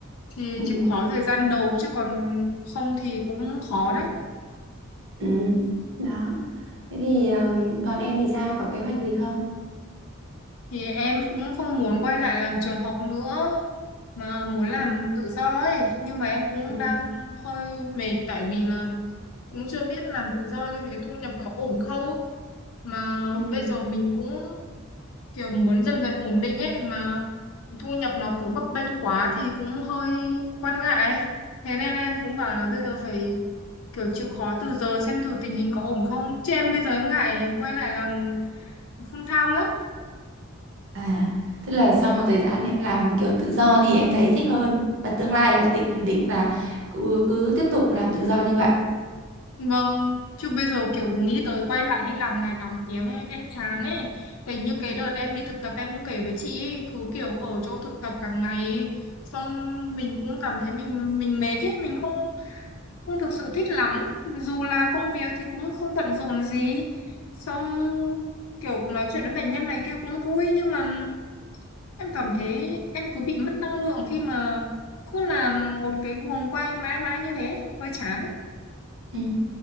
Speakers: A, on the left; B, on the right.
A: thì
B: Ừ.
A: chịu khó thời gian đầu chứ còn không thì cũng khó đấy
B: Ừ. Đó. Thế thì ờm, còn em thì sao? Có kế hoạch gì không?
A: thì em cũng không muốn quay lại làm trường học nữa mà muốn làm
B: Ừ.
A: tự do ấy nhưng mà em cũng
B: Ừ.
A: đang hơi mệt tại vì là cũng chưa biết làm tự do như thế thu nhập có ổn không mà
B: Ừ.
A: bây giờ mình cũng kiểu muốn dần dần ổn định ấy mà thu nhập nó cứ bấp bênh quá thì cũng hơi quan ngại thế nên em cũng bảo là bây giờ phải kiểu chịu khó từ giờ xem thử tình hình có ổn không chứ em bây giờ em ngại quay lại làm full time lắm
B: À, tức là sau một thời gian em làm kiểu tự do thì em thấy thích hơn và tương lai là định định là cứ, cứ tiếp tục làm tự do như vậy.
A: vâng chứ bây giờ kiểu nghĩ tới quay lại đi làm ngày 8 tiếng ấy, em chán ấy tại như cái đợt em đi thực tập em cũng kể với chị ấy, cứ kiểu ở chỗ thực tập cả ngày ấy, xong mình cũng cảm thấy mình mình mệt ấy mình không không thực sự thích lắm dù là công việc thì cũng không bận rộn gì xong kiểu nói chuyện với bệnh nhân này kia cũng vui nhưng mà Em cảm thấy em cứ bị mất năng lượng khi mà cứ làm một cái guồng quay mãi mãi như thế, hơi chán ấy.
B: Ừ.